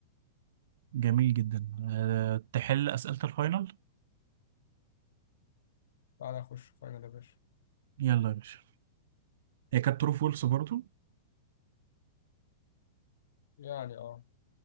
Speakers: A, on the right; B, on the left.
A: <clears throat> جميل جدا آه، تحل أسئلة الفاينل
B: تعالى اخش فاينل يا باشا
A: يلا يا باشا هي كانت true false برضو
B: يعني اه